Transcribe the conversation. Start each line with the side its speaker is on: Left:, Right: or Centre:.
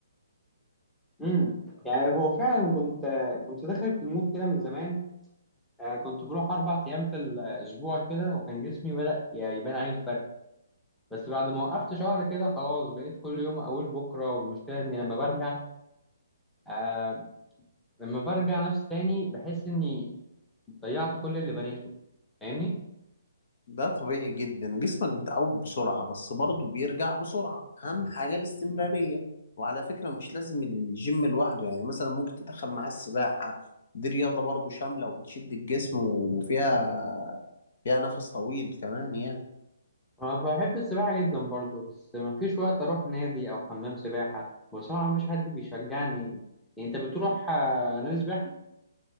Centre: امم يعني هو فعلا كنت كنت داخل في المود كده من زمان آه، كنت بروح اربع ايام في الاسبوع كده وكان جسمي بدأ يعني يبان عليه الفرق بس بعد ما وقفت شهر كده خلاص بقيت كل يوم اقول بكره والمشكله اني لما برجع آه لما برجع نفسي تاني بحس اني ضيعت كل اللي بنيته فاهمني
Left: ده طبيعي جدا جسمك بيتعود بسرعة بس برضه بيرجع بسرعة أهم حاجة الاستمرارية وعلى فكرة مش لازم الجيم لوحده يعني مثلا ممكن تدخل معاه السباحة دي رياضة برضه شاملة وبتشد الجسم وفيها فيها نفس طويل كمان يعني
Centre: انا بحب السباحه جدا برضو بس مفيش وقت اروح نادي او حمام سباحه بصراحه مفيش حد بيشجعني يعني انت بتروح آه، نادي سباحه